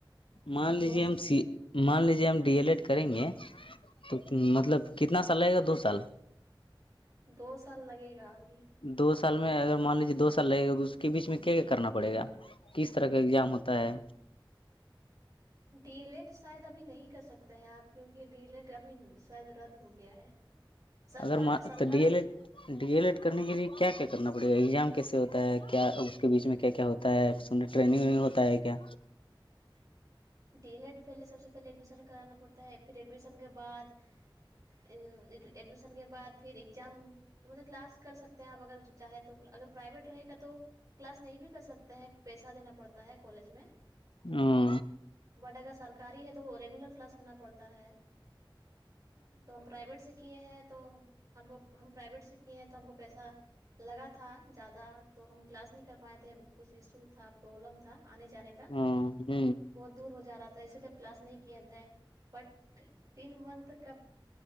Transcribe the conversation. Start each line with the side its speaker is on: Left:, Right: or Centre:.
Left: مان
Right: اور
Left: لیجےم
Right: دو سٹنگ
Left: سید
Right: میں
Left: مان لیجیے ہم ڈی ایل ایڈ کریں گے تو مطلب کتنا سال لگے گا دو سال
Right: دو سال لگے گا ابھی
Left: دو سال میں اگر مان لیجیے دو سال لگے گا تو اس کے بیچ میں کیا کیا کرنا پڑے گا کس طرح کا ایگزام ہوتا ہے
Right: ڈی لیٹ شاید ابھی نہیں کر سکتے ہیں آپ کیونکہ ڈی لیٹ ابھی شاید رد ہو گیا ہے سرکار
Left: اگر م
Right: سرکار
Left: تو ڈی ایل ا <unintelligible> ڈی ایل ایڈ کرنے کے لیے کیا کیا کرنا پڑے گا ایگزام کیسے ہوتا ہے کیا اس کے بیچ میں کیا کیا ہوتا ہے س ٹرینگ وگ ہوتا ہے کیا
Right: ڈی ایڈ پہلے سب سے پہلے ایڈمیشن کرانا پڑتا ہے پھر ایڈمیشن کے بعد ایڈمیشن کے بعد پھر ایگزام مطلب کلاس کر سک آپ اگر چاہے تو اگر پرائیویٹ رہے گا تو کلاس نہیں بھی کر سکتے ہیں پیسہ دینا پڑتا ہے کالج میں
Left: ہ <unintelligible>
Right: بٹ اگر سرکاری ہے تو وہ ریگولر کلاس کرنا پڑتا ہے تو ہم پرائیویٹ سے کیے ہیں تو ہم کو ہم پرائیویٹ سے کیے ہیں تو ہم کو پیسہ لگا تھا زیادہ تو ہم کلاس نہیں کر پائے تھے کچھ ایشو تھا پرابلم تھا آنے جانے کا
Left: ہ ہ
Right: بہت دور ہو جا رہا تھا اسی لیے ہم کلاس نہیں کیے تھے بٹ تین منتھ کا